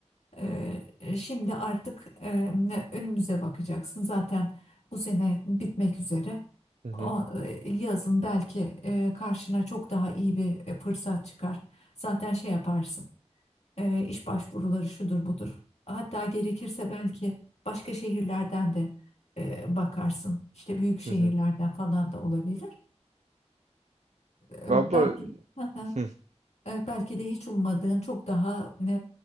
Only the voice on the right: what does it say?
Hı hı.
Hı hı.
Abla
hı